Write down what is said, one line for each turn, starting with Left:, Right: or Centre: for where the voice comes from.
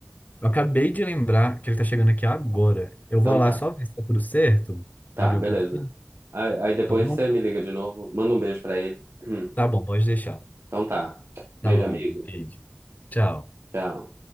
Left: eu acabei de lembrar que ele tá chegando aqui agora. Eu
Right: então
Left: vou lá
Right: tá.
Left: só ver se tá tudo certo,
Right: Tá,
Left: abrir
Right: beleza.
Left: o portão,
Right: Aí, aí depois
Left: tá bom?
Right: você me liga de novo, manda um beijo pra ele. <clears throat>
Left: Tá bom, pode deixar.
Right: Então tá. Beijo,
Left: Tá bom,
Right: amigo.
Left: um beijo. Tchau.
Right: Tchau.